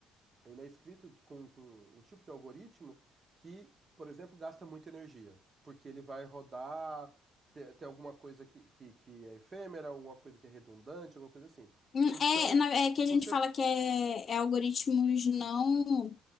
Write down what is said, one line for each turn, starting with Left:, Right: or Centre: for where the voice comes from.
Right: Ele é escrito com, com um tipo de algoritmo que, por exemplo, gasta muita energia, porque ele vai rodar, ter, ter alguma coisa que, que, que é efêmera, alguma coisa que é redundante, alguma coisa assim.
Left: Hum,
Right: Então,
Left: É, na- é que
Right: você.
Left: a gente fala que é, é algoritmos não.